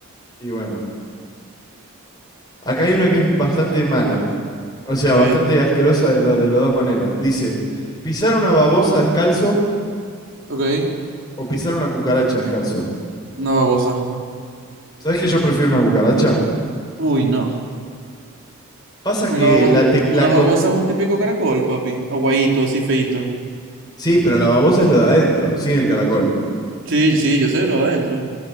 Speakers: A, on the left; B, on the right.
A: Y bueno, acá hay una que es bastante mala. O sea,
B: A
A: bastante
B: ver,
A: asquerosa de, lo, de las dos maneras. Dice, pisar una babosa descalzo
B: ok,
A: o pisar una cucaracha descalzo.
B: una babosa.
A: ¿Sabés que yo prefiero una cucaracha?
B: Uy, no.
A: Pasa
B: Una
A: que
B: babosa,
A: la, te la
B: una
A: con-
B: babosa es un típico caracol, papi. Aguadito, así feito.
A: Sí, pero la babosa es lo de adentro, sin el caracol.
B: Sí, sí, yo sé lo de adentro.